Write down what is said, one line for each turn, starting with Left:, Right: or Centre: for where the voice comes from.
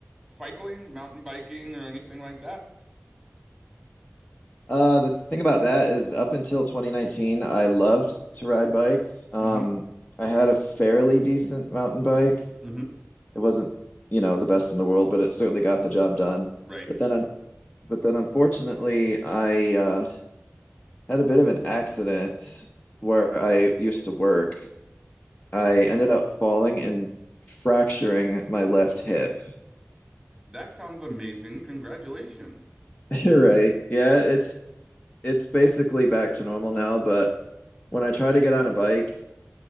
Centre: cycling, mountain biking, or anything like that?
Left: Uh, the thing about that is up until 2019, I loved to ride bikes. Um,
Centre: hmm
Left: I had a fairly decent mountain bike.
Centre: hmm
Left: It wasn't, you know, the best in the world, but it certainly got the job done.
Centre: Right.
Left: But then, un but then unfortunately, I uh, had a bit of an accident where I used to work. I
Centre: Mm.
Left: ended up falling and fracturing my left hip.
Centre: That sounds amazing. Congratulations.
Left: <laughs> You're right. Yeah, it's it's basically back to normal now, but when I try to get on a bike,